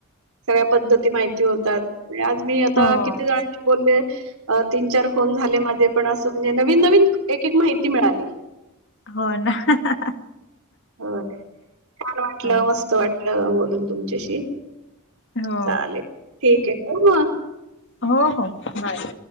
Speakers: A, on the right; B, on the left.
A: सगळ्या पद्धती माईती होतात. मी आज मी आता
B: हो
A: कितीदा बोलले अ तीन चार फोन झाले माझे पण असं म्हणजे नवीन नवीन एक एक माहिती मिळाली.
B: होय ना हा हा हा.
A: होय छान वाटलं
B: हो
A: मस्त वाटलं बोलून तुमच्याशी.
B: हो.
A: चालेल ठीक आहे ठेवू मग
B: हो हो बाय.